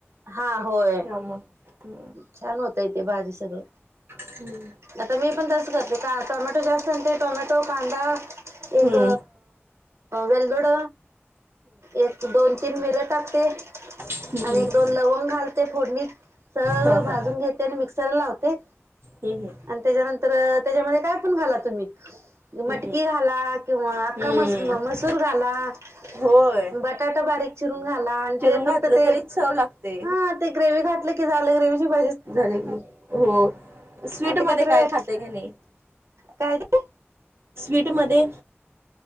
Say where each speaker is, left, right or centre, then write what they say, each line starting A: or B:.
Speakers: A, on the right (about 80°); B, on the right (about 60°).
A: हा होय
B: त्यामुळे
A: छान होतय ते भारी सगळं
B: <unintelligible>
A: आता मी पण तसं करते का टोमॅटो जास्त आणि ते टोमॅटो, कांदा एक
B: हम्म
A: वेल्दोड एक दोन तीन मिर टाकते
B: हम्म
A: आणि दोन लवंग घालते फोडणीत सगळं
B: हा हा
A: भाजून घेते आणि मिक्सर लावते,
B: हम् हम
A: आणि त्याच्यानंतर त्याच्यामध्ये काय पण घाला तुम्ही
B: हम्म
A: मटकी घाला किंवा अख्खा
B: हम्म
A: मस मसूर घाला बट
B: होय
A: बटाटा बारीक चिरून घाला आणि
B: चिरून
A: ते
B: घातलं
A: फक्त ते
B: तरी चव लागतय
A: हा ते ग्रेवी घातलं की झालं ग्रेवीची भा
B: झाले की हो स्वीट
A: आणि ते काहीतरी
B: मध्ये काय
A: वे
B: खातय का नाही
A: काय ते
B: स्वीटमध्येध्ये